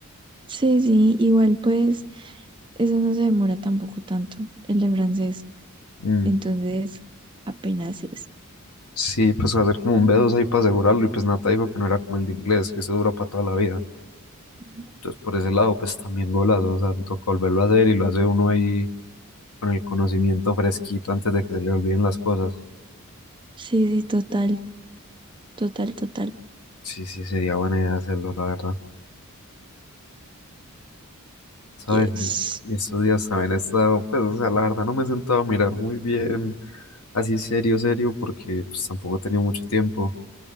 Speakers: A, on the right; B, on the left.
A: sí, sí, igual pues eso no se demora tampoco tanto, el de francés.
B: Mm,
A: Entonces, apenas es.
B: Sí, pues hacer como un B2 ahí para asegurarlo y pues Nata dijo que no era como el de inglés, que eso dura para toda la vida.
A: Ujú.
B: Entonces por ese lado, pues también golazo, o sea, me toca volverlo a hacer y lo hace uno ahí con el conocimiento fresquito antes de que se le olviden las cosas.
A: Sí, sí, total, total, total.
B: Sí, sí, sería buena idea hacerlo, la verdad. ¿Sabes?
A: Yes.
B: Y y estos días también he estado, pues, o sea, la verdad no me he sentado a mirar muy bien, así serio, serio, porque pues tampoco he tenido mucho tiempo.